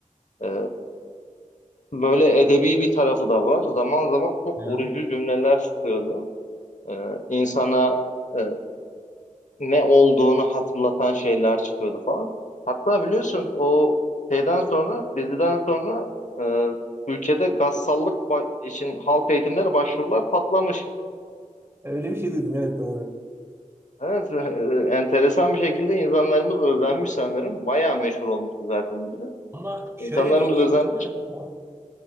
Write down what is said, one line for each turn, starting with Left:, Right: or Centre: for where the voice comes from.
Left: Ee, böyle edebi bir tarafı da var. Zaman zaman çok
Right: Hı.
Left: vurucu cümleler çıkıyordu. Ee, insana e, ne olduğunu hatırlatan şeyler çıkıyordu falan. Hatta biliyorsun o şeyden sonra, diziden sonra e, ülkede gassallık ba- için halk eğitimleri başvurular patlamış.
Right: Öyle bir şey duydum evet doğru.
Left: Evet, e, enteresan bir şekilde insanlarımız özenmiş sanırım. Bayağı meşhur olmuştu zaten dizi.
Right: Ama şöyle
Left: İnsanlarımız
Right: bir ilginç
Left: özenmiş.
Right: tarafı var.